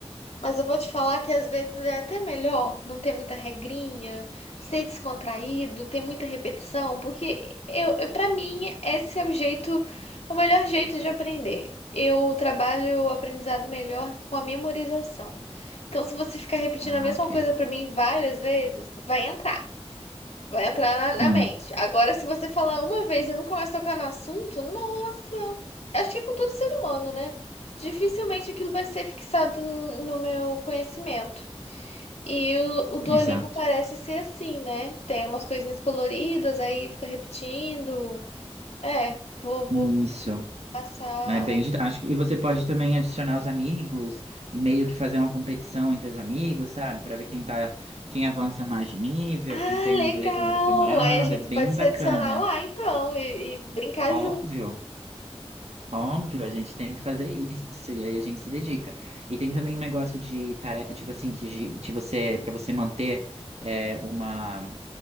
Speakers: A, on the left (about 75°); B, on the right (about 75°).
A: Mas eu vou te falar que às vezes é até melhor não ter muita regrinha, ser descontraído, ter muita repetição, porque eu, eu para mim esse é o jeito, o melhor jeito de aprender. Eu trabalho o aprendizado melhor com a memorização. Então, se você ficar repetindo
B: Ah,
A: a mesma
B: ok.
A: coisa para mim várias vezes, vai entrar. Vai entrar na,
B: Hum,
A: na mente. Agora, se você falar uma vez e nunca mais tocar no assunto, nossa! Acho que é com todo ser humano, né? Dificilmente aquilo vai ser fixado no, no meu conhecimento. E o, o Duolingo
B: exato.
A: parece ser assim, né? Tem umas coisinhas coloridas, aí fica repetindo. É, vou, vou
B: Isso.
A: passar.
B: É bem didático. E você pode também adicionar os amigos e meio que fazer uma competição entre os amigos, sabe? Pra ver quem tá, quem avança mais de nível,
A: Ah,
B: quem tem
A: legal!
B: o inglês mais aprimorado.
A: Aí a gente
B: É bem
A: pode se
B: bacana.
A: adicionar lá, então, e, e brincar
B: Óbvio.
A: junto.
B: Óbvio, a gente tem que fazer isso e aí a gente se dedica. E tem também um negócio de tarefa, tipo assim, que de de você, para você manter é, uma